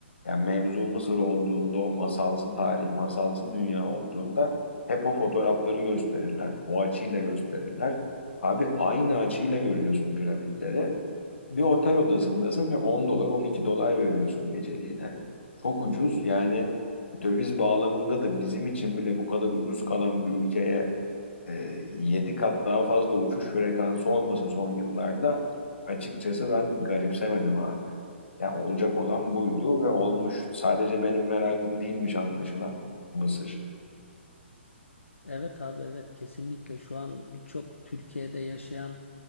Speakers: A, on the left; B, on the left.
A: Yani mevzu Mısır olduğunda, o masalsı tarih, masalsı dünya olduğunda hep o fotoğrafları gösterirler. O açıyla gösterirler. Abi aynı açıyla görüyorsun piramitleri bir otel odasındasın ve 10 dolar 12 dolar veriyorsun geceliğine. Çok ucuz yani döviz bağlamında da bizim için bile bu kadar ucuz kalan bir ülkeye e, 7 kat daha fazla uçuş frekansı olması son yıllarda açıkçası ben garipsemedim abi. Yani olacak olan buydu ve olmuş. Sadece benim merakım değilmiş anlaşılan Mısır.
B: Evet abi evet kesinlikle şu an birçok Türkiye'de yaşayan